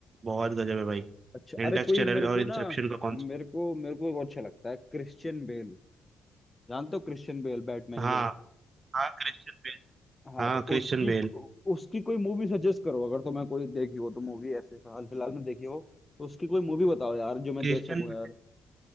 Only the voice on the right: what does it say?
बहुत गजब है भाई
इंटरस्टेलर
और इंसेप्शन
का कॉन्सेप्ट
हाँ
हाँ क्रिश्चियन बेल
हाँ
क्रिश्चियन
बेल
क्रिश्चियन
बेल